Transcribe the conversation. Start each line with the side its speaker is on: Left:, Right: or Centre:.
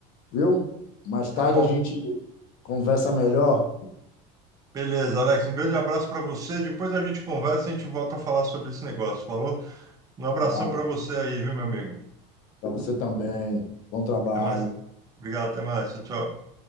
Left: viu? Mais
Right: Tá
Left: tarde
Right: bom.
Left: a gente conversa melhor.
Right: Beleza, Alex, um grande abraço para você. Depois a gente conversa, a gente volta a falar sobre esse negócio, falou? Um abração
Left: Claro.
Right: para você aí, viu, meu amigo?
Left: Para você também. Bom trabalho.
Right: Até mais. Obrigado, até mais. Tchau, tchau.